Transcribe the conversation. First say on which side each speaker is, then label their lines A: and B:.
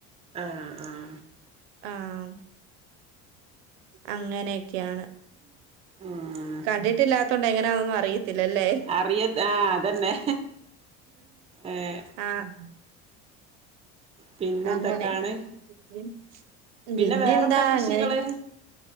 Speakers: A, on the right; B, on the right.
A: ആഹ്, ആഹ്.
B: ആഹ് അങ്ങനെയൊക്കെയാണ്.
A: ഉം
B: കണ്ടിട്ടില്ലാത്തോണ്ട് എങ്ങനെയാന്നൊന്നും അറിയത്തില്ലല്ലേ.
A: അറിയ ആഹ് അതന്നെ ഏഹ്
B: ആഹ്
A: പിന്നെ
B: അങ്ങനെ
A: എന്തൊക്കെയാണ്
B: <unintelligible>
A: പിന്നെ
B: പിന്നെന്താ
A: വേറെന്താ കൃഷികള്
B: അങ്ങനെ